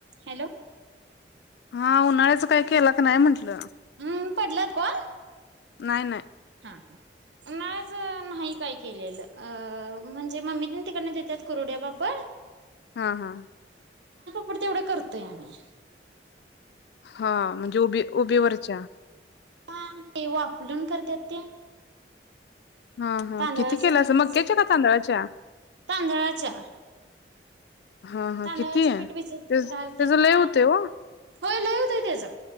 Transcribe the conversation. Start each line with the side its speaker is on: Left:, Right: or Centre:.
Right: Hello.
Left: हा उन्हाळ्याच कायी केला का नाही म्हटलं?
Right: हम्म पडल्यात कॉल?
Left: नाय, नाय.
Right: हा, हा आज न्हाई काय केलेल. अ म्हणजे मम्मी तेन तिकडन देत्यात कुरुडया, पापड.
Left: हा, हा.
Right: पड तेवढ करतोय आम्ही.
Left: हा म्हणजे उबी उबीवरच्या.
Right: आ ते वाफलुन करत्यात ते.
Left: हा, हा
Right: तांदळाचं
Left: किती केलासा?
Right: पीठ भिजत
Left: मक्याच्या का तांदळाच्या?
Right: तांदळाच्या
Left: हा हा
Right: तांदळाचे
Left: किती आहे
Right: पीठ भिजत
Left: ते
Right: घालतात्या.
Left: त्याच लय होते हो
Right: होय लय होतय तेज.